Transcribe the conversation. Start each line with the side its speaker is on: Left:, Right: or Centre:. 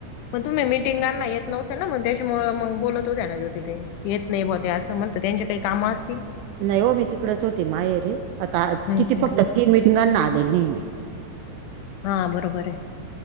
Left: मग तुम्ही मिटिंगांना येत नव्हत्या ना मग त्यामुळे मग बोलत होत्या ना ज्योतीताई येत नाही बा त्या म्हणत त्यांच्या काही काम असतील.
Right: नाही हो मी तिकडेच होते माहेरी आता
Left: हम्म
Right: किती
Left: हम्म
Right: फक्त तीन मिटिंगांना आलेली नाही मी
Left: हा बरोबर आहे.